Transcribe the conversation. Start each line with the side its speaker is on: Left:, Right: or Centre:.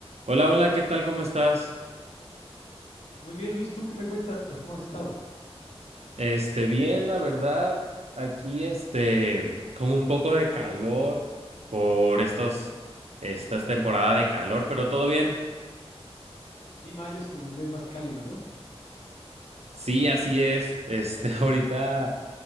Right: Hola, hola, ¿qué tal? ¿Cómo estás?
Left: Muy bien, Luis, ¿tú qué me cuentas? ¿Cómo has estado?
Right: Este, bien, la verdad, aquí este, con un poco de calor por estos, estas temporada de calor, pero todo bien.
Left: Sí, mayo es como el mes más cálido, ¿no?
Right: Sí, así es. Este, <laughs> ahorita,